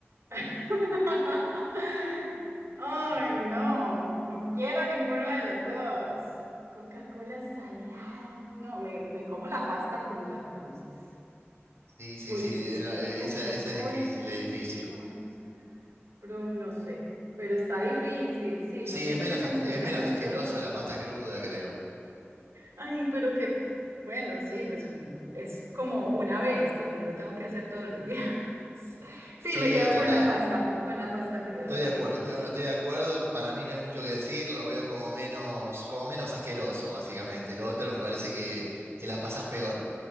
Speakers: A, on the right; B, on the right.
A: <laughs> Ay,
B: <laughs>
A: no, no quiero ninguna de las dos. Coca-Cola salada. No, me, me como la pasta cruda entonces.
B: Sí, sí,
A: Uy,
B: sí,
A: porque
B: eh, no,
A: es
B: eh,
A: que Coca-Cola,
B: esa, esa es difícil, es difícil.
A: con- pero no sé, pero está difícil, sí,
B: Sí,
A: no quisiera
B: es menos, as-
A: ninguna
B: es menos
A: de las
B: asqueroso
A: dos.
B: la pasta cruda, creo.
A: Ay, pero que, bueno, sí, pues un- es como una vez, pues no lo tengo que hacer todos los días. <laughs> Sí,
B: Sí,
A: me quedo
B: total.
A: con la pasta, con la pasta cruda,
B: Estoy de
A: sí,
B: acuerdo,
A: sí,
B: estoy, no, estoy de acuerdo. Para mí no hay mucho que decir, lo veo como menos, como menos asqueroso, básicamente. Lo otro me parece que, que la pasás peor.